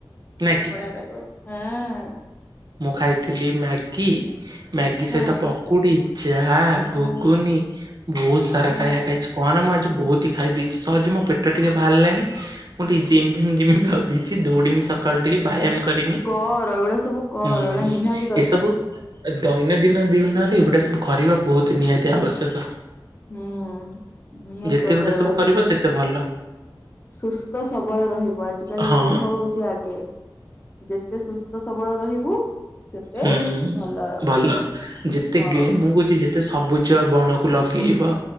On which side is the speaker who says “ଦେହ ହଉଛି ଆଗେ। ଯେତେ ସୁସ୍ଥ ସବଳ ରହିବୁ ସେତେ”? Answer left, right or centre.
Left